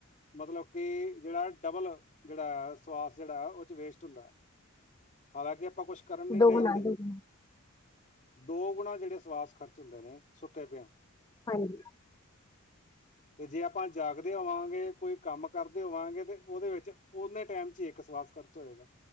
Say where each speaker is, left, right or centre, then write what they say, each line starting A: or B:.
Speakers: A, on the left (about 35°); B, on the left (about 20°).
A: ਮਤਲਬ ਕਿ ਜਿਹੜਾ ਡਬਲ ਜਿਹੜਾ ਸਵਾਸ ਜਿਹੜਾ ਉਹ 'ਚ ਵੇਸਟ ਹੁੰਦਾ ਹੈ। ਹਾਲਾਂ ਕਿ ਆਪਾਂ ਕੁਛ। ਕਰਨ ਨੀ
B: ਦੋਗੁਣਾ
A: ਡਏ ਹੁੰਦੇ,
B: ਦੋਗੁਣਾ
A: ਦੋ ਗੁਣਾ ਜਿਹੜੇ ਸਵਾਸ ਖਰਚ ਹੁੰਦੇ ਨੇ। ਸੁੱਤਾ ਪਿਆ,
B: ਹਾਂਜੀ
A: ਤੇ ਜੇ ਆਪ। ਆਪਾਂ ਜਾਗਦੇ ਹੋਵਾਂਗੇ ਕੋਈ ਕੰਮ ਕਰਦੇ। ਹੋਵਾਂਗੇ ਤੇ ਉਹਦੇ ਵਿੱਚ ਨੇ ਟਾਈਮ ਚ ਹੀ ਇੱਕ ਸਵਾਸ ਖਰਚ ਹੋਏਗਾ।